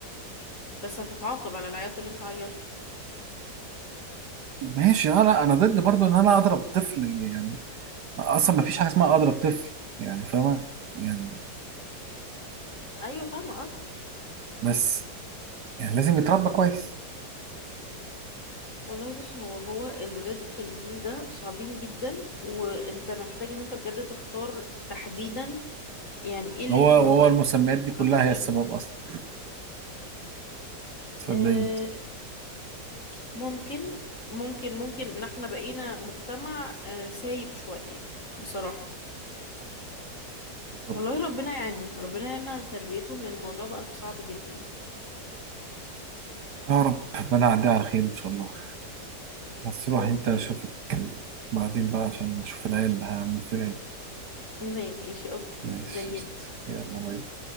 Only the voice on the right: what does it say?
ماشي انا انا ضد برضه ان انا اضرب الطفل يعني اصلا ما فيش حاجه اسمها اضرب طفل يعني فاهمه يعني
بس يعني لازم يتربى كويس
هو
هو
المسميات
دي
كلها هي
السبب اصلا صدقيني
بالظبط
يا رب ربنا يعديها على خير ان شاء الله بس روح
انت اشوفك بعدين بقى عشان نشوف العيال هعمل فيها ايه
ماشي
قشطة.
يلا باي